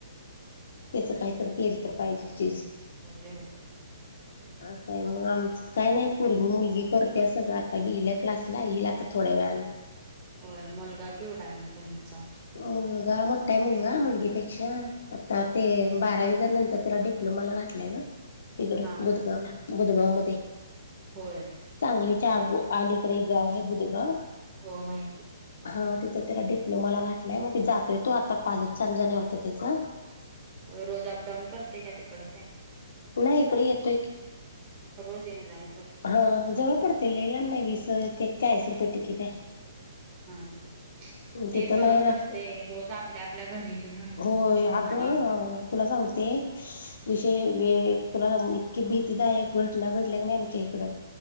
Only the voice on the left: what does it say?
त्याच काहीतर केल तर पाहिजे चीज.
असं आहे मग आमचं. काय नाही पोर मुलगी करत्या सगळं आता गिल्या क्लासला येईल आता थोड्या वेळान.
मुलगा मोठा हाय मुलगा मुलगीपेक्षा आता ते बारावी झाल्यानंतर त्याला डिप् लुमाला घातलाय ग इकडं
बुधगावला,
बुधगाव मध्ये.
सांगलीच्या आगो आलीकडे एक गाव आहे बुधगाव
हा तिथं त्याला डिप्लोमाला घातलाय मग ते जातोय तो आता कॉलेज चालू झाल्या होत त्याच.
नाही इकड येतोय की
हा जवळ पडतय लय लांब नाही विस ते चाळीस रुपये तिकीट हाय.
तिथं
नाही राहत
होय
अगं
तुला सांगते विषय वे तुला इतकी भीतीदायक घटना घडल्या की नाही आमच्या इकडं